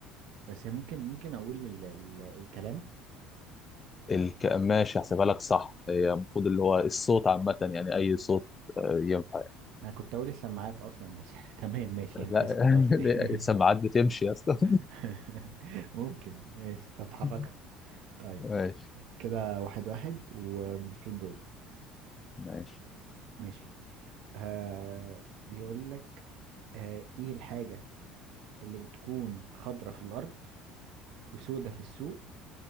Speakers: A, on the right; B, on the left.
A: بس هي ممكن ممكن أقول ال ال الكلام
B: الك... ماشي هحسبها لك صح هي المفروض اللي هو الصوت عامة يعني أي صوت أه ينفع يعني.
A: أنا كنت أقول السماعات أصلا بس <laughs> تمام ماشي يعني
B: لا
A: كويس إن أنا قلت
B: <laughs>
A: إيه
B: السماعات بتمشي يا اسطى
A: <laughs> ممكن ماشي تتحرك
B: <laughs>
A: طيب
B: ماشي
A: كده واحد واحد والمفروض دوري
B: ماشي
A: ماشي آه بيقول لك آه إيه الحاجة اللي بتكون خضرة في الأرض وسودة في السوق